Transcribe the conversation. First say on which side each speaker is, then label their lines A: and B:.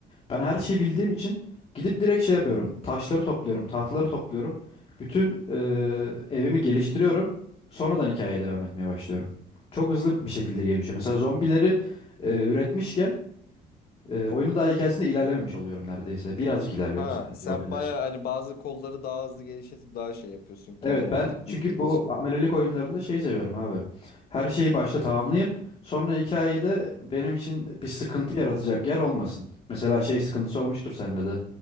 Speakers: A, on the left; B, on the left.
A: Ben her şeyi bildiğim için gidip direkt şey yapıyorum. Taşları topluyorum, tahtaları topluyorum. Bütün eee, evimi geliştiriyorum. Sonradan hikayeye devam etmeye başlıyorum. Çok hızlı bir şekilde gelişiyor. Mesela zombileri eee, üretmişken eee, oyunun daha hikayesinde ilerlememiş oluyorum neredeyse. Birazcık ilerliyorum
B: Ha
A: sadece
B: sen
A: zombiler
B: bayağı hani bazı kolları daha hızlı geliştirip daha şey yapıyorsun kendin
A: Evet
B: artık
A: ben çünkü
B: bildiğin
A: bu
B: için.
A: amelelik oyunlarında şeyi seviyorum abi. Her şeyi başta tamamlayayım. Sonra hikayede benim için bir sıkıntı yaratacak yer olmasın. Mesela şey sıkıntısı olmuştur sende de.